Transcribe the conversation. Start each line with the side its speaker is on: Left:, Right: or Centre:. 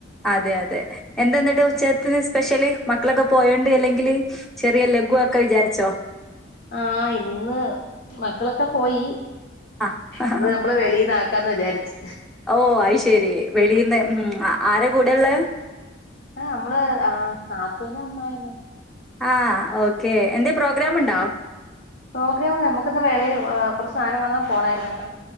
Centre: അതെ അതെ എന്തെന്നിട്ട് ഉച്ചത്തിന് സ്പെഷ്യല് മക്കളൊക്കെ പോയോണ്ട് അല്ലെങ്കില് ചെറിയ ലഘുവാക്കാ വിചാരിച്ചോ
Left: ആ ഇന്ന് മക്കളൊക്കെ പോയി
Centre: ആ
Left: ഇന്ന് നമ്മള് വെളീന്നാക്കാന്ന് വിചാരിച്ച്
Centre: ഓ അത് ശരി. വെളീന്ന്
Left: അത്
Centre: ഉം ആരാ കൂടെയുള്ളെ?
Left: ആ മ്മള് ആ നാത്തൂനും അമ്മായ്മ്മിം
Centre: ആ ഓക്കെ എന്തേ പ്രോഗ്രാം ഇണ്ടോ
Left: പ്രോഗ്രാം നമുക്കിന്ന് മേളേൽ ഏ കൊർച്ച് സാനം വാങ്ങാൻ പോണയിര്ന്ന് കേട്ടോ